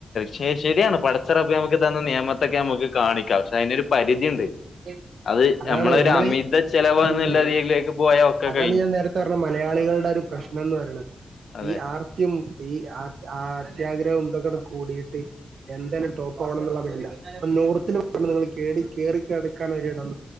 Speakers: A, on the left; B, on the right.
A: ശ ശരിയാണ് പഠിച്ചറപ്പ് നമുക്ക് തന്ന നിയമത്തൊക്കെ നമുക്ക് കാണിക്കാം പക്ഷെ അതിനൊരു പരിധിണ്ട്
B: ശരി
A: അത്
B: അതാണ്
A: നമ്മളൊരു
B: നമ്മളെ
A: അമിത ചെലവ്
B: ഈ
A: എന്നുള്ള രീതിയിലേക്ക് പോയാ ഒക്കെ
B: അതാണ്
A: കഴിഞ്ഞു
B: ഞാൻ നേരത്തെ പറഞ്ഞെ മലയാളികളുടെ ഒരു പ്രശ്നം എന്ന് പറയണത്
A: അതെ
B: ഈ ആർ സത്യം ഈ ആ ആ ആത്യാഗ്രഹം ഇതൊക്കെട് കൂടീട്ട് എന്തോലും ടോപ്പ് ആവണം എന്നുള്ള വേണ്ട നോർത്തില് <unintelligible> നിങ്ങള് കേറി കേറി കിടക്കാനൊരിടം